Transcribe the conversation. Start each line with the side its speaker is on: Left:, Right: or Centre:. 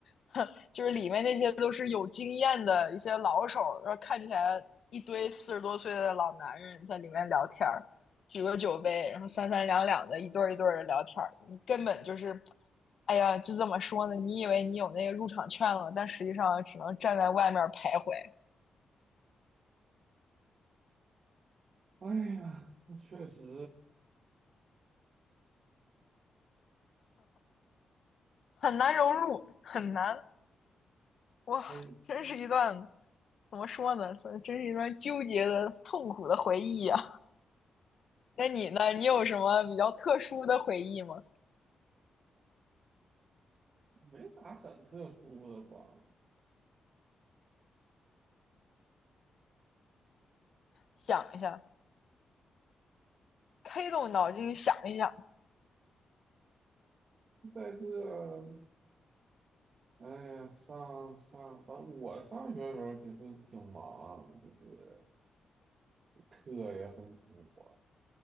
Left: <laughs> 就是里面那些都是有经验的一些老手然后看起来一堆四十多岁的老男人在里面聊天儿，举个酒杯，然后三三两两的一对一对的聊天儿，你根本就是，哎呀，就这怎么说呢？你以为你有那个入场券了，但实际上只能站在外面徘徊，
Right: 哎呀，确实，
Left: 很难融入，很难，哇，
Right: 哎，
Left: 真是一段怎么说呢？真真是一段纠结的、痛苦的回忆呀。那你呢？你有什么比较特殊的回忆吗？
Right: 没啥很特殊的吧。
Left: 想一下。开动脑筋想一想。
Right: 在这，哎呀，上上，反正我上学的时候其实挺忙，就是课也很多，